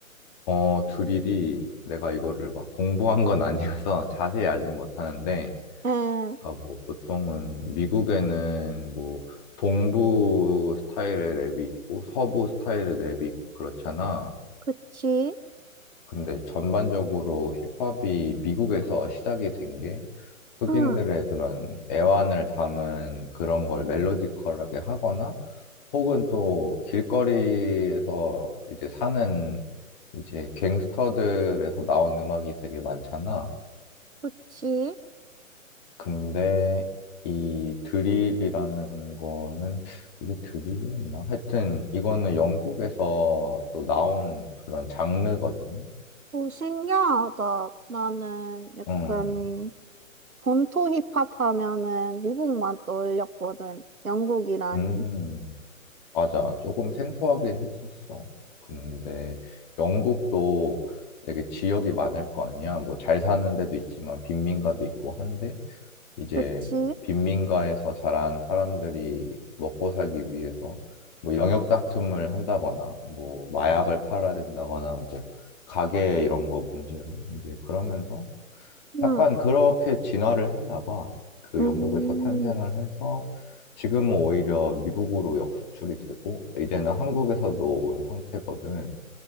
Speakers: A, on the left (about 30°); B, on the right (about 85°).
A: 어, 드릴이 내가 이거를 막 공부한 건 아니어서 <laughs> 자세히 알진 못하는데,
B: 응.
A: 그러니까 뭐 보통은 미국에는 뭐 동부 스타일의 랩이 있고 서부 스타일의 랩이 있고 그렇잖아.
B: 그치?
A: 근데 전반적으로 힙합이 미국에서 시작이 된게 흑인들의
B: 응.
A: 그런 애환을 담은 그런 걸 멜로디컬하게 하거나 혹은 또 길거리에서 이제 사는 이제 갱스터들에서 나온 음악이 되게 많잖아.
B: 그치?
A: 근데 이 드릴이라는 거는 이게 드릴이었나? 하여튼 이거는 영국에서 또 나온 그런 장르거든.
B: 오, 신기하다. 나는 약간
A: 음,
B: 본토 힙합 하면은 미국만 떠올렸거든. 영국이라니.
A: 음. 맞아. 조금 생소하긴 했었어. 근데 영국도 되게 지역이 많을 거 아니야. 뭐 잘 사는 데도 있지만 빈민가도 있고 한데 이제
B: 그치?
A: 빈민가에서 자란 사람들이 먹고 살기 위해서 뭐 영역 다툼을 한다거나 뭐 마약을 팔아야 된다거나 뭐 가게 이런 거 문제로 이제 그러면서
B: 응.
A: 약간 그렇게 진화를 했나 봐. 그
B: 음.
A: 영국에서 탄생을 해서 지금은 오히려 미국으로 역수출이 되고 이제는 한국에서도 온 상태거든.